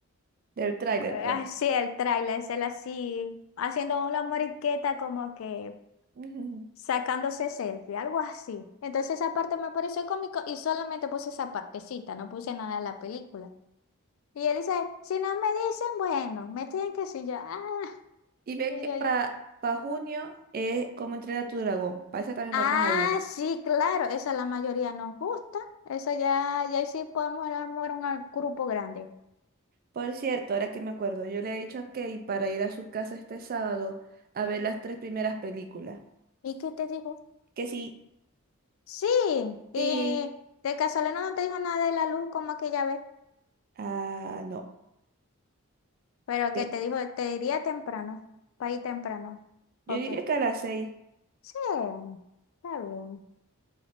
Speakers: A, on the right; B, on the left.
A: Del tráiler,
B: eh,
A: pues.
B: así el tráiler, es él así, haciendo una moriqueta como que
A: <laughs>
B: sacándose selfie, algo así. Entonces esa parte me pareció cómico y solamente puse esa partecita, no puse nada de la película. Y él dice, si no me dicen, bueno, me tienen que decir yo, ah,
A: Y ve
B: y
A: que
B: yo,
A: para
B: yo,
A: junio es como entrenar a tu dragón. Para esa también
B: ah,
A: vamos a ir.
B: sí, claro, esa la mayoría nos gusta, eso ya, ya ahí sí podemos armar un ar- grupo grande.
A: Por cierto, ahora que me acuerdo, yo le he dicho a Kay para ir a su casa este sábado a ver las tres primeras películas.
B: ¿Y qué te dijo?
A: Que sí,
B: Sí, y
A: sí,
B: de casualidad no te dijo nada de la luz como aquella vez,
A: ah, no.
B: pero que
A: Eh,
B: te dijo, te diría temprano, para ir temprano.
A: yo
B: Ok,
A: diría que a las seis
B: sí, está bien.